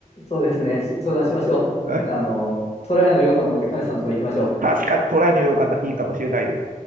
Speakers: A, on the left; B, on the right.
A: そうですね。相談しましょう。
B: はい
A: あの、トラヤの羊羹持ってカメさんのとこ行きましょう。
B: 確かにトライのようかないいかもしれないです。